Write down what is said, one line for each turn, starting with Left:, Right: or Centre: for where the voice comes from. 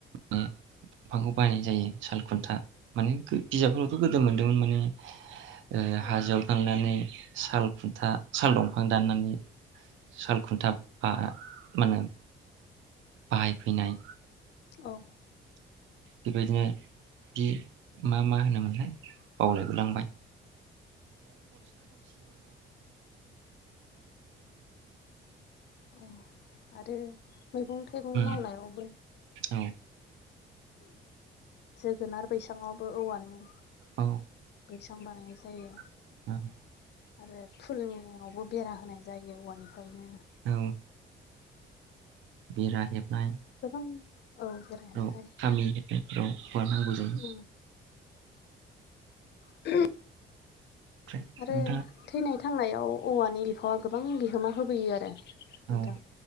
Right: बायनाय जायो साल खुन्था माने बिजाबफोरावथ' गोदो मोनदोंमोन माने ओरै
Left: औ
Right: हाजोआव थांनानै साल खुन्था साल दंफां दाननानै साल खुन्था बाआ मानो बाहायफैनाय।
Left: औ।
Right: बेबायदिनो बे मा मा होनोमोनलाय बावलायबोलांबाय।
Left: अ आरो मैगं थाइगं
Right: उम
Left: मावनायावबो।
Right: औ
Left: जोगोनार बैसाङावबो औवानि
Right: औ।
Left: बैसां बानायनाय जायो।
Right: <unintelligible>
Left: आरो फुलनियावबो बेरा होनाय जायो औवानिफ्रायनो।
Right: औ। बेरा हेबनाय।
Left: गोबां औ बेरा ओमफ्राय
Right: औ गामि हेनायफोराव हगारनांगौ जायो।
Left: उम <unintelligible>
Right: ओमफ्राय
Left: आरो
Right: नोंथाङा
Left: थैनाय थांनायाव औवानि बिफावा गोबां बिहोमा होबोयो आरो। नोंथां।
Right: औ